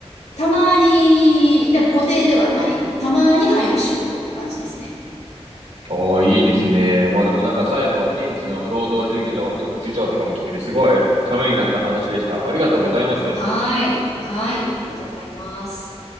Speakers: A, on the left (about 80°); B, on the right (about 80°).
A: たまに、で固定ではない、こうたまに入る仕事って感じですね。
B: ああ、いいですね。まあでもなんか最後は現地の労働事情と、事情とかも聞けて、すごいためになった話でした。ありがとうございます。
A: はーい。はーい。ありがとうございます。